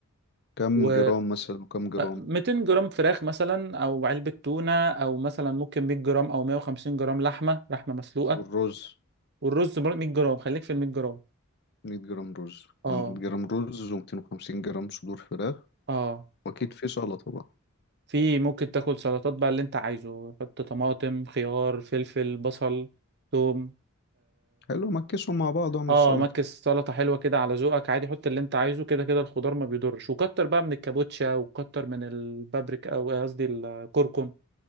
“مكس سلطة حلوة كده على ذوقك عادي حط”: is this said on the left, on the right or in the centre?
Right